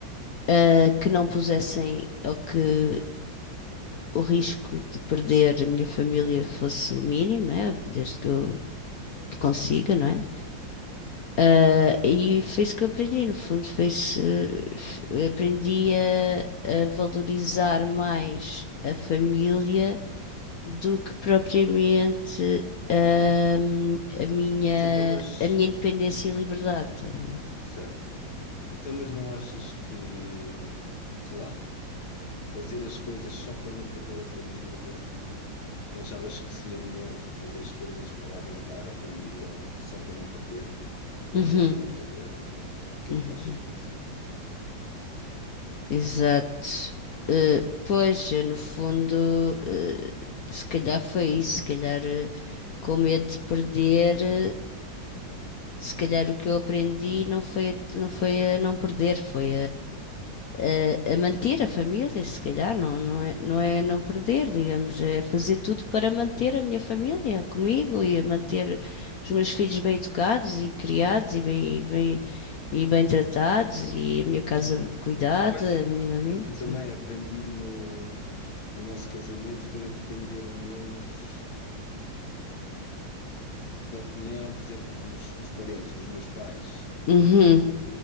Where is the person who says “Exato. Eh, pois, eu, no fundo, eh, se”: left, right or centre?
Left